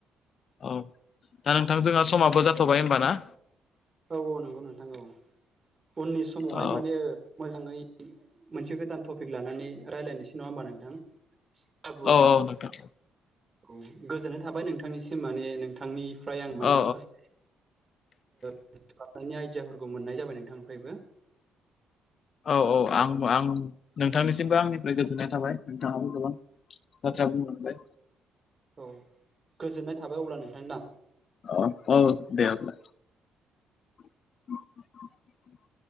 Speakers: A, on the left; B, on the right.
A: औ दा नोंथां जोंहा समाबो जाथ'बाय होमबा ना?
B: औ औ नंगौ नोंथां औ उननि समावहाय
A: औ
B: माने मोजाङै मोनसे गोदान टपिक लानानै रायज्लायनोसै नङा होमबा नोंथां? खाबु
A: औ
B: बा
A: नोंथां
B: औ गोजोननाय थाबाय नोंथांनिसिम माने नोंथांनि फ्राय आं मान
A: औ
B: माखासे खालामनि आइडियाफोरखौ मोननाय जाबाय नोंथांनिफ्रायबो
A: औ औ आं आं नोंथांनिसिमबो आंनिफ्राय गोजोननाय थाबाय नोंथाङाबो गोबां आतसा बुं मोनबाय
B: औ गोजोननाय थाबाय अब्ला नोंथां दा।
A: अ औ दे अब्ला। <inaudible>